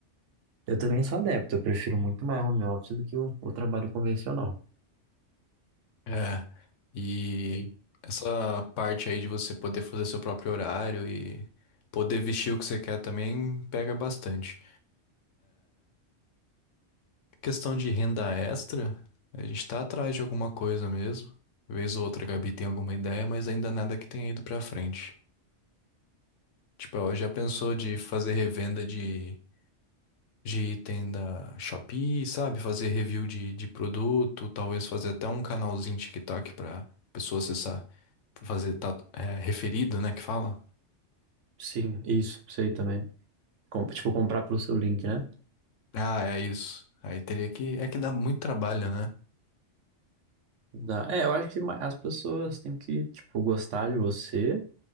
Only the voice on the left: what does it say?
É, e essa parte aí de você poder fazer seu próprio horário e poder vestir o que você quer também pega bastante. Questão de renda extra, a gente tá atrás de alguma coisa mesmo. Vez ou outra a Gabi tem alguma ideia, mas ainda nada que tenha ido pra frente. Tipo, ela já pensou de fazer revenda de, de item da Shopee, sabe? Fazer review de, de produto, talvez fazer até um canalzinho TikTok pra pessoa acessar, fazer tá, é, referido, né, que fala.
Ah, é isso. Aí teria que. É que dá muito trabalho, né?